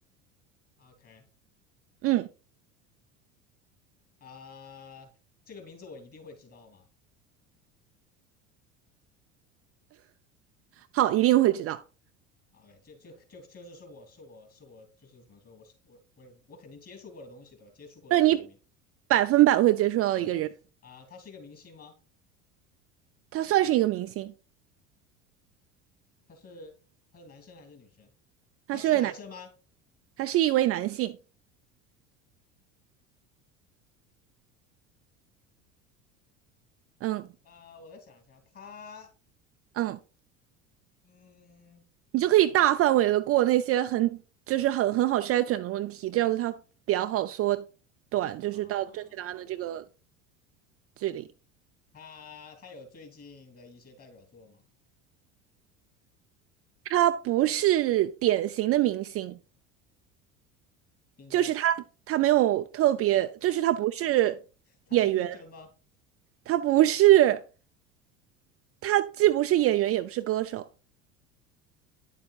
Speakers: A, on the left; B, on the right.
A: ？OK，
B: 嗯，
A: 啊，这个名字我一定会知道吗
B: 好，一定会知道，
A: ？OK，就就就就是是我是我是我就是怎么说，我是我我我肯定接触过的东西对吧？接触过的一个人名。
B: 就你百分百会接触到一个人，
A: OK，啊，他是一个明星吗？
B: 他算是一个明星，
A: 他是他是男生还是女生？
B: 他是位男，
A: 他是男生吗？
B: 他是一位男性，嗯
A: 呃，我再想一下，他
B: 嗯，
A: 嗯。
B: 你就可以大范围的过那些很就是很很好筛选的问题，这样子他比较好缩短，
A: 啊，
B: 就是到正确答案的这个距离。
A: 他他有最近的一些代表作吗？
B: 他不是典型的明星，
A: 丁真，
B: 就是他他没有特别，就是他不是演员，
A: 他是丁真吗？
B: 他不是，他既不是演员也不是歌手。